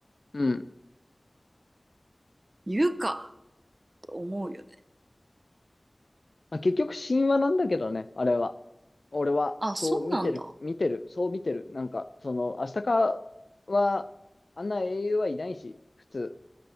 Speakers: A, on the left; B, on the right.
A: うん。
B: 言うかと思うよね。
A: まあ、結局神話なんだけどね、あれは。俺は、
B: あ、
A: そう見てる、
B: そうなんだ。
A: 見てる、そう見てる。なんか、その、明日かは、あんな英雄はいないし、普通。